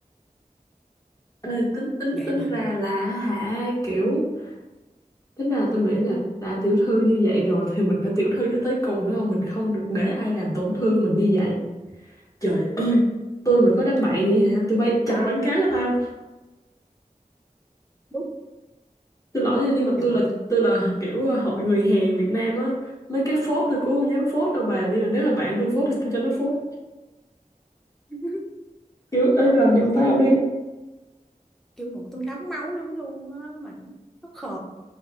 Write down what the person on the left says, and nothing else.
Ê, tính tính
tính
ra là hả kiểu tính ra tôi nghĩ là đã tiểu thư như vậy rồi thì mình phải tiểu thư cho tới cùng đúng không mình không được để ai làm tổn thương mình như vậy trời ơi tôi mà có đám bạn vậy hả tôi bay chào quảng cáo cho tao
xin lỗi nha nhưng mà
tôi là
tôi là kiểu ờ, hội người Hàn Việt Nam á mấy cái phốt tôi cũng không dám phốt đâu bà nhưng mà nếu mà bạn tôi phốt thì tôi cho nó phốt
kiểu ơi
làm
giùm tao đi